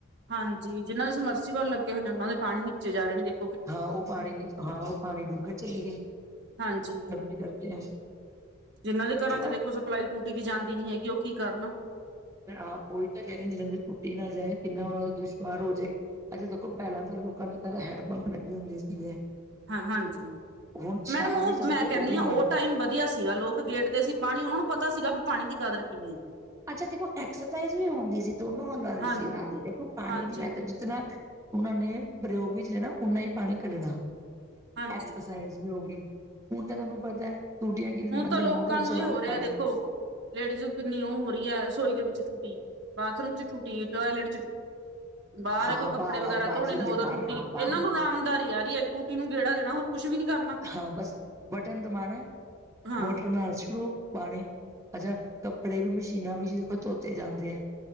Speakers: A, on the right; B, on the right.
A: ਹਾਂਜੀ। ਜਿਹਨਾਂ ਦੇ ਸਮਰਸੀਵੱਲ ਲੱਗੇ ਹੋਏ ਨੇ ਉਹਨਾਂ ਦੇ ਪਾਣੀ ਨੀਚੇ ਜਾ ਰਹੇ ਨੇ ਦੇਖ
B: ਹਾਂ ਓ ਪਾਨੀ ਹਾਂ ਓ ਪਾਨੀ ਡੂੰਘੇ ਚਲੇ ਗਏ।
A: ਹਾਂਜੀ,
B: ਗਰਮੀ ਕਰਕੇ
A: ਜਿੰਨਾਂ ਦੇ
B: ਹਾਂ
A: ਘਰਾਂ ਚ ਦੇਖੋ ਸਪਲਾਈ ਟੂਟੀ ਦੀ ਜਾਂਦੀ ਨੀ ਹੈਗੀ ਓ ਕੀ ਕਰਨ
B: ਆਹ ਓਈ ਤਾਂ ਕੈਂਦੇ ਨੇ ਜਿਨਾਂ ਦੇ ਟੂਟੀ ਨਾ ਜਾਏ ਓਨਾਂ ਦਾ ਦੁਸ਼ਵਾਰ ਹੋ ਜਾਏ। ਅੱਛਾ ਦੇਖੋ ਪੈਲਾਂ ਤਾਂ ਲੋਕਾਂ ਦੇ ਘਰ ਹੈਂਡ ਪੰਪ ਲੱਗੇ ਹੁੰਦੇ ਸੀਗੇ।
A: ਹਾਂ ਹਾਂਜੀ,
B: ਹੁਣ ਸ਼ਹਿਰ
A: ਮੈਡਮ ਓ
B: ਵਿੱਚ ਤਾਂ ਦੇਖੋ
A: ਮੈਂ ਕੈਨੀ
B: ਉਹ ਵੀ
A: ਆਂ
B: ਨੀ ਹੈ
A: ਓ ਟਾਈਮ ਵਦੀਆ ਸੀ। ਸੀਗਾ ਲੋਕ ਗੇੜਦੇ ਸੀ ਪਾਨੀ ਓਨਾਂ ਨੂੰ ਪਤਾ ਸੀਗਾ ਵੀ ਪਾਨੀ ਦੀ ਕਦਰ ਕਿਵੇਂ ਐ।
B: ਅੱਛਾ ਦੇਖੋ ਐਕਸਰਸਾਈਜ਼ ਵੀ ਹੁੰਦੀ ਸੀ ਦੋਨੋ ਹੁੰਦਾ ਦੀ
A: ਹਾਂ
B: ਸੀ ਓਨਾਂ ਦੀ ਦੇਖੋ ਪਾਨੀ
A: ਹਾਂਜੀ
B: ਦੀ ਮੈਂ ਤਾਂ ਜ ਜਿਨਾ ਓਨਾਂ ਨੇ ਪ੍ਰਯੋਗ ਵਿੱਚ ਲੈਨਾ ਓਨਾ ਈ ਪਾਨੀ ਕੱਢਨਾ।
A: ਹਾਂਜੀ।
B: ਐਕਸਰਸਾਈਜ਼ ਵੀ ਹੋਗੀ, ਹੁਨ ਤਾਂ ਤਾਨੂੰ ਪਤਾ ਟੂਟੀਆਂ ਕੀ
A: ਹੁਣ
B: ਬੰਦੇ
A: ਤਾਂ ਲੋਕਾਂ
B: ਮੋਟਰ ਚਲਾਓ
A: ਨੂੰ ਇਹ ਹੋ ਰਿਹਾ
B: ਪਾਨੀ
A: ਦੇਖੋ ਲੇਡੀਜ਼ ਨੂੰ ਕਿੰਨੀ ਓ ਹੋ ਰਈ ਐ ਰਸੋਈ ਦੇ ਵਿੱਚ ਟੂਟੀ ਬਾਥਰੂਮ ਚ ਟੂਟੀ ਟੋਇਲਟ ਚ ਟੂ ਬਾਰ
B: ਹਾਂ
A: ਐ ਕੋਈ ਕੱਪੜੇ
B: ਬਾਹਰ
A: ਵਗੈਰਾ
B: ਆਓ ਬਾਥਰੂਮ
A: ਧੋਨੇ ਨੇ
B: ਦੇ
A: ਓਦੋਂ
B: ਬਾਹਰ
A: ਟੂਟੀ
B: ਹਾਂ ਬਾਹਰ
A: ਏਨਾਂ ਨੂੰ ਰਾਮਦਾਰੀ ਆਰੀ ਐ ਟੂ ਟੂਟੀ ਨੂੰ ਗੇੜਾ ਦੇਨਾ ਹੋਰ ਕੁਛ ਵੀ ਨੀ ਕਰਨਾ।
B: ਹਾਂ ਬਸ ਬਟਨ ਦਮਾਨੈ,
A: ਹਾਂ
B: ਮੋਟਰ ਨਾਲ ਸ਼ੁਰੂ ਪਾਨੀ, ਅੱਛਾ ਕੱਪੜੇ ਵੀ ਮਸ਼ੀਨਾਂ ਵਿੱਚਦੀ ਦੇਖੋ ਧੋਤੇ ਜਾਂਦੇ ਐ।